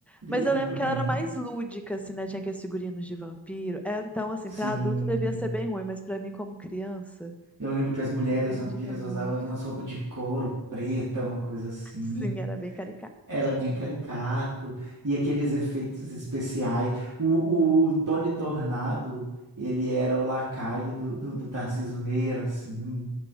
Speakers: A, in the centre; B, on the right (about 40°).
A: Mas
B: Ih, lembro
A: eu lembro que
B: bem.
A: ela era mais lúdica, assim, né? Tinha aqueles figurinos de vampiro. É, então, assim, pra
B: Sim.
A: adulto devia ser bem ruim, mas pra mim, como criança,
B: Eu lembro que as mulheres
A: me prendia
B: vampiras
A: muito.
B: usavam umas roupas de couro preta, uma coisa assim.
A: Sim, era bem caricata.
B: Era bem caricato. E aqueles efeitos especiais. O, o Tony Tornado, ele era o lacaio do, do, do Tarcísio Meira, assim.